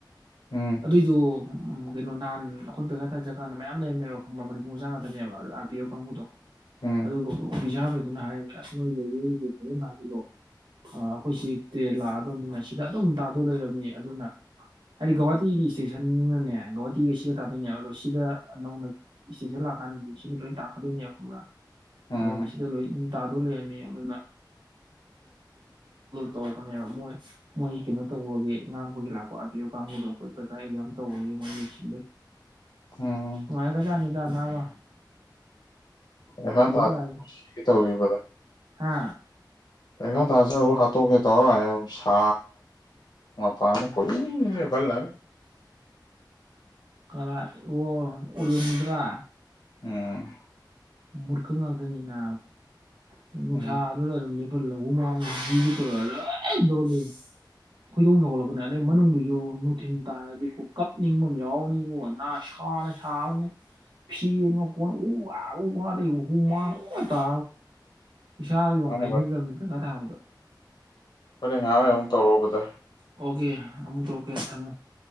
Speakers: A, on the left (about 60°); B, on the right (about 80°).
A: ꯎꯝ
B: ꯑꯗꯨꯏꯗ ꯎ ꯀꯩꯅꯣ ꯅꯍꯥꯟ ꯑꯩꯈꯣꯏ ꯕꯀꯥꯗ ꯖꯒꯥꯥꯟꯅ ꯃꯌꯥꯝ ꯂꯩꯔꯝꯃꯦꯕ ꯃꯅꯤꯄꯨꯔ ꯃꯆꯥꯥꯡ ꯉꯥꯛꯇꯅꯦꯕ ꯑꯥꯔ ꯄꯤ ꯑꯣ ꯀꯥꯡꯕꯨꯗꯣ
A: ꯎꯝ
B: ꯑꯗꯨ ꯀ ꯐ ꯁꯥꯥꯈꯩꯗꯨꯅ ꯍꯥꯏꯔꯝꯃꯦ ꯑꯁ ꯅꯣꯏ ꯋꯦꯒꯤꯁꯤ ꯐꯖꯅ ꯊꯥꯁꯤꯜꯂꯣ ꯑꯩꯈꯣꯏꯁꯤ ꯇ꯭ꯔꯦꯟ ꯂꯥꯛꯑꯗꯧꯅꯤꯅ ꯁꯤꯗ ꯑꯗꯨꯝ ꯑꯗꯨ ꯂꯩꯔꯝꯃꯤ ꯑꯗꯨꯅ ꯑꯔꯤ ꯒꯋꯥ ꯇ ꯌꯦꯅꯤꯁꯤ ꯏꯁꯇꯦꯁꯟꯅꯅꯦ ꯒꯧꯍꯥꯇꯤꯒ ꯁꯤꯒ ꯇꯥꯗꯣꯏꯅꯦꯕ ꯑꯗꯣ ꯁꯤꯗ ꯅꯧꯅ ꯏꯁꯇꯦꯁꯟ ꯂꯥꯛꯑꯀꯥꯟꯗꯗꯤ ꯁꯤꯗ ꯂꯣꯏ ꯇꯥꯛꯀꯗꯣꯏꯅꯦꯕ ꯈꯪꯕ꯭ꯔꯥ
A: ꯎꯝ
B: ꯑꯗꯨꯅ ꯁꯤꯗ ꯂꯣꯏ ꯑꯗꯨ ꯇꯥꯗꯧ ꯂꯩꯔꯝꯃꯤ ꯑꯗꯨ ꯇ ꯀ ꯃꯣꯏ ꯃꯣꯏ ꯀꯩꯅꯣ ꯇꯧꯕꯒꯒꯤ ꯉꯥꯡꯕꯒꯤ ꯂꯥꯛꯄ ꯑꯥꯄꯤꯌꯣ ꯀꯥꯡꯕꯨꯗꯣꯈꯣꯏ ꯄꯩꯈꯥ ꯑꯦꯛꯒ ꯌꯥꯝ ꯇꯧꯕꯒꯒꯤ ꯃꯣꯏ ꯌꯦꯡꯁꯤꯟꯕꯩ
A: ꯎꯝ
B: ꯃꯒ ꯆꯅꯤ ꯇꯅꯥ ꯋꯥ
A: ꯑꯦ ꯍ ꯇ
B: ꯑꯦꯐ ꯀꯥꯏꯁꯦ
A: ꯇꯧꯏ ꯄ
B: ꯍꯥ
A: ꯄꯈꯥ ꯇꯥꯁꯦ ꯑꯃꯨꯛ ꯍꯥꯠꯇꯣꯛꯀꯦ ꯇꯧꯔ ꯁꯥ ꯃꯄꯥꯟꯗ ꯀꯨꯏ ꯐꯜꯂ
B: ꯀꯥ ꯑꯣ ꯑꯣꯔꯤꯌꯣꯟ ꯅꯕ꯭ꯔꯥ
A: ꯎꯝ
B: ꯃꯔꯈ ꯉꯥꯛꯗꯅꯤꯅ ꯅꯅꯨꯡꯁꯥ
A: ꯎꯝ
B: ꯑꯗꯨꯔ ꯑꯗꯨ ꯍꯥꯜꯂꯃꯥꯡ ꯇꯧꯔ ꯂꯣꯏ ꯇꯧꯔ ꯈꯣꯏꯗꯧ ꯆꯥꯎꯒꯠꯂꯛꯀꯅꯤ ꯑꯗꯩ ꯃꯅꯨꯡꯗꯨꯁꯨ ꯅꯨꯡꯊꯤꯟꯜ ꯇꯥꯔꯗꯤꯀꯣ ꯀꯞꯅꯤꯡꯕ ꯑꯃ ꯌꯥꯎꯔꯅꯤꯕꯣ ꯅꯥ ꯁꯥꯅ ꯁꯥꯕꯅꯤ ꯐꯤ ꯑꯃ ꯀꯣꯟꯅ ꯎ ꯋꯥꯗ ꯑꯣꯍ ꯃꯥ ꯇ ꯏꯁꯥ ꯌꯣ
A: ꯃꯥꯅꯦ
B: ꯍꯩꯅꯗꯕꯅꯦ
A: ꯕ꯭ꯔꯗꯔ
B: ꯀꯀꯥ ꯊꯥꯕꯗꯣ
A: ꯍꯣꯔꯦꯟ ꯉꯥꯏꯥꯍꯣꯏ ꯑꯃꯨꯛ ꯇꯧꯔꯛꯎꯕꯗ
B: ꯑꯣꯀꯦ ꯑꯃꯨꯛꯇ ꯑꯣꯀꯦ ꯊꯝꯃꯨ